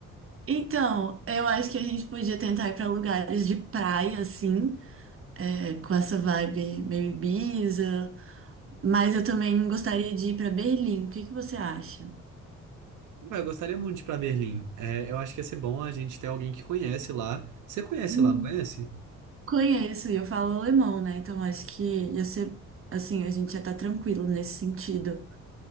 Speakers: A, on the right (about 45°); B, on the right (about 80°).
A: Então, eu acho que a gente podia tentar ir pra lugares de praia, assim, é, com essa vibe meio Ibiza, mas eu também gostaria de ir pra Berlim, o que que você acha?
B: Ah, Eu gostaria muito de ir pra Berlim. É, eu acho que ia ser bom a gente ter alguém que conhece lá. Você conhece
A: Hum.
B: lá, não conhece?
A: Conheço, e eu falo alemão, né? Então acho que ia ser, assim, a gente já tá tranquilo nesse sentido.